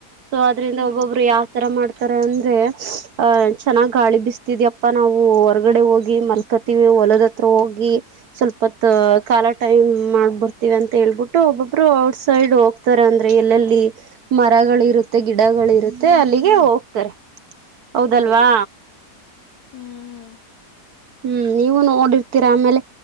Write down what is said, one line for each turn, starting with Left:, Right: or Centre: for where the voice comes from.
Right: ಸೊ ಅದ್ರಿಂದ
Left: ಹ್ಮ್
Right: ಒಬ್ಬೊಬ್ರು ಯಾವ ತರ ಮಾಡ್ತ ತರ ಅಂದ್ರೆ ಅಹ ಚೆನ್ನಾಗ್ ಗಾಳಿ ಬಿಸ್ತಿದ ಅಪ್ಪಾ ನಾವು ಹೊರಗಡೆ ಹೋಗಿ ಮಲ್ಕತಿವಿ ಹೊಲದ ಹತ್ರ ಹೋಗಿ ಸ್ವಲ್ಪತ್ ಕಾಲ ಟೈಮ್ ಮಾಡ್ಬರ್ತಿವಿ ಅಂತ ಹೇಳ್ಬಿಟ್ಟು ಒಬ್ಬೊಬ್ರು ಔಟ್ ಸೈಡ್ ಹೋಗ್ತಾರೆ ಅಂದ್ರೆ ಎಲ್ಲೆಲ್ಲಿ ಮರಗಳಿಗೆ ಮತ್ತೆ ಗಿಡಗಳಿರುತ್ತೆ ಅಲ್ಲಿಗೆ ಹೋಗ್ತಾರೆ ಹೌದಲ್ವಾ
Left: ಹೌದು ಹ್ಮ್
Right: ಹ್ಮ್ ನೀವು ನೋಡಿರ್ತೀರಾ ಆಮೇಲೆ